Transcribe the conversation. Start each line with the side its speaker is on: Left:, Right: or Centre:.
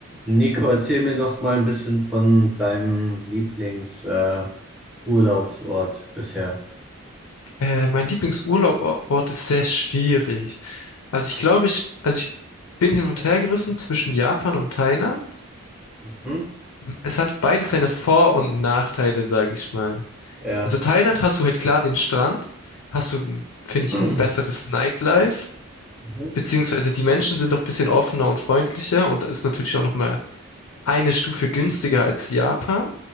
Centre: Nico, erzähl mir doch mal ein bisschen von deinem Lieblings, äh, Urlaubsort bisher.
Left: Äh, mein Lieblingsurlaubort ist sehr schwierig. Also ich glaube, ich, also ich bin hin und her gerissen zwischen Japan und Thailand.
Centre: Mhm.
Left: Es hat beides seine Vor- und Nachteile, sage ich mal.
Centre: Ja.
Left: Also Thailand hast du halt klar den Strand, hast du, finde ich,
Centre: <clears throat>
Left: ein besseres Nightlife,
Centre: Mhm. Mhm.
Left: beziehungsweise die Menschen sind auch ein bisschen offener und freundlicher und da ist natürlich auch nochmal eine Stufe günstiger als Japan.